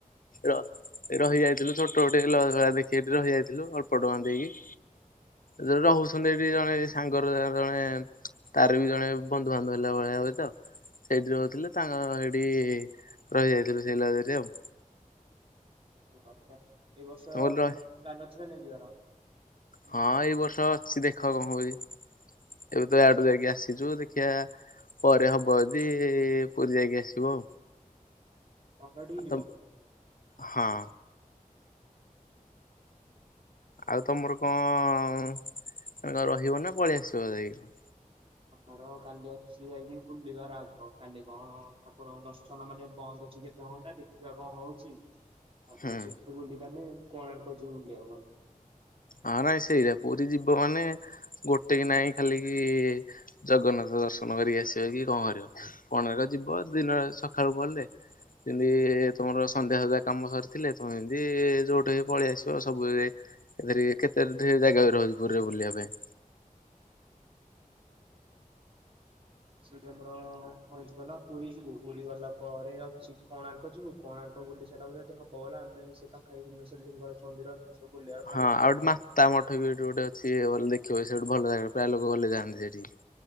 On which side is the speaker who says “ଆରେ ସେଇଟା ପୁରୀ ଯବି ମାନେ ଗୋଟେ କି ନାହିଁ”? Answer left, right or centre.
Left